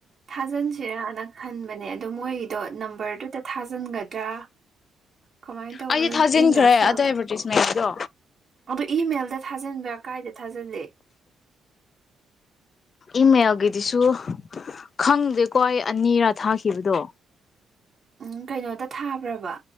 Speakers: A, on the right; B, on the left.
A: ꯊꯥꯖꯤꯟꯁꯤꯔꯅ ꯈꯟꯕꯅꯦ ꯑꯗꯣ ꯃꯣꯏꯒꯤꯗꯣ ꯅꯝꯕꯔꯗꯨꯗ ꯊꯥꯖꯤꯟꯒꯗ꯭ꯔꯥ ꯀꯃꯥꯏꯅ ꯇꯧꯕ
B: ꯑꯩꯗꯤ
A: ꯅꯣꯏ
B: ꯊꯥꯖꯤꯟꯈ꯭ꯔꯦ
A: ꯏꯃꯦꯜꯁꯨ ꯌꯥꯎꯗꯦ
B: ꯑꯗꯣ ꯑꯦꯗꯚꯔꯇꯤꯁꯃꯦꯟꯒꯤꯗꯣ
A: ꯑꯗꯣ ꯏꯃꯦꯜꯗ ꯊꯥꯖꯤꯟꯕ꯭ꯔꯥ ꯀꯥꯏꯗ ꯊꯥꯖꯤꯜꯂ
B: ꯏꯃꯦꯜꯒꯤꯗꯤꯁꯨ ꯈꯪꯗꯦꯀꯣ ꯑꯩ ꯑꯅꯤꯔꯥ ꯊꯥꯈꯤꯕꯗꯣ
A: ꯎꯝ ꯀꯩꯅꯣꯗ ꯊꯥꯕ꯭ꯔꯕ